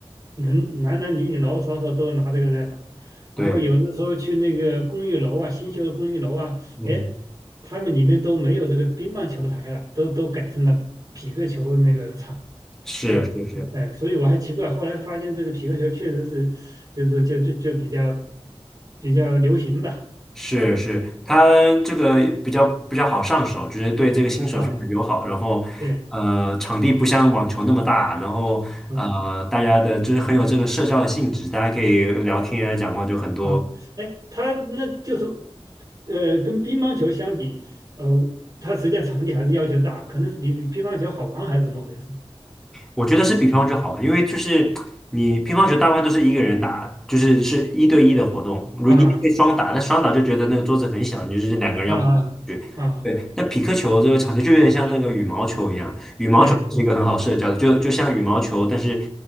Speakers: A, on the right; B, in the centre.
A: 人，男男女女老老少少都拿这个在打。然后有的时候去那个公寓楼啊，
B: 对，
A: 新修的公寓楼啊，
B: 嗯，
A: 哎，他们里面都没有这个乒乓球台了，都都改成了皮克球那个场。
B: 是是是
A: 哎哎，所以我还奇怪，后来发现这个皮克球确实是，就是说就就就比较比较流行吧。
B: 是是，它这个比较比较好上手，就是对这个新手非常友好。
A: 啊，
B: 然后，
A: 对，
B: 呃，场地不像网球那么大，然后呃，
A: 嗯。
B: 大家的就是很有这个社交的性质，大家可以聊天啊，讲话就很多。
A: 啊，哎，他那就是，呃，跟乒乓球相比，呃，它实际上场地还是要求大，可能是比比乒乓球好玩还是怎么回事？
B: 我觉得是比乒乓球好，因为就是你乒乓球大部分都是一个人打，就是是一对一的活动。如你也可以双打，
A: 啊
B: 但双打就觉得那个桌子很小，你就是两个人要跑去。
A: 啊啊，
B: 对，那匹克球这个场地就有点像那个羽毛球一样，羽毛球是一个很好社交的，
A: 对对，
B: 就就像羽毛球，但是